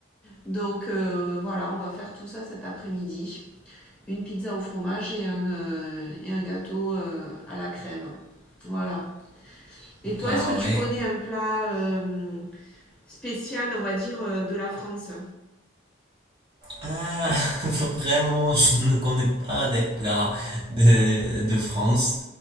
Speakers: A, in the centre; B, on the right.
A: Donc euh, voilà, on va faire tout ça cet après-midi. Une pizza au fromage et un, euh, et un gâteau euh, à la crème. Voilà. Et toi,
B: Ah
A: est-ce que tu
B: ouais.
A: connais un plat euh, spécial, on va dire, euh, de la France
B: Ah, <laughs> vraiment, je ne connais pas des plats de, de France.